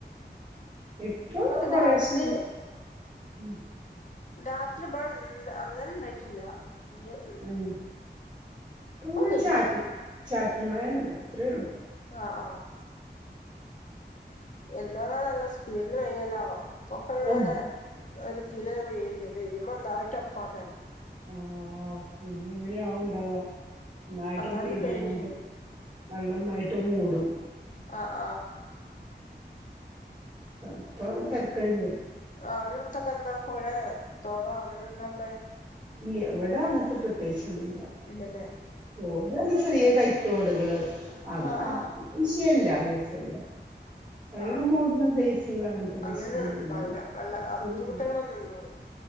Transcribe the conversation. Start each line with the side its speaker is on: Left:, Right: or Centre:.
Right: ഇപ്പൊ
Left: ഇപ്പത്തെ
Right: കൊറേഷെ
Left: രാത്രി
Right: <unintelligible>
Left: രാത്രി പഴണ്ട് അങ്ങന ഉണ്ടായിട്ടില്ല ത്
Right: ഉം ഇപ്പൊ
Left: ഇപ്പൊന്നുല്ല
Right: ചാറ്റ ചാറ്റല് മഴ ഉണ്ട ഇത്രേ ഉള്ളു
Left: ആഹ് ആഹ് എന്താണാ നല്ല സ്പീഡന്ന് വയ്യലോ ഒക്കെങ്ങനെ
Right: ആഹ്
Left: ഒരു ദിന വേണ്ട് കയിമ്പോന്തായിട്ട് അപ്പക്കാര
Right: ആഹ് പിന്ന അങ്ങനെ ആവണ്ടാവുക നന്നായിട്ട
Left: അതാണ്
Right: പെയ്തുങ്ങാണ്ട്
Left: പേടി
Right: വെല്ലൊന്നായിട്ട് മൂടും
Left: ആ ആഹ്
Right: ഇപ്പ തർക്കളില്ല
Left: ആവിടെ അടുത്തൊക്കെ എന്താ പുഴ തോട അങ്ങനെ എന്താല്ലേ?
Right: ഇല്ല എവിടെ അങ്ങത്തെ പ്രത്യേകിച്ചൊന്നുല്ല
Left: ഇന്നല്ലെ?
Right: തോട് ചെറിയ കൈത്തോടുകള് അത്
Left: ആഹ്
Right: ആ
Left: ആഹ്
Right: വിശയല്ല അസല്ല വെള്ളം
Left: ആഹ്
Right: മൂടന്ന പയ്സില്ല അങ്ങനത്തെ പ്രശ്നടല്ല
Left: അങ്ങനെ ഇണ്ടാവില്ല വെള്ള
Right: <unintelligible>
Left: ബുദ്ധിമുട്ടുകളൊന്നും ഉണ്ടാവില്ല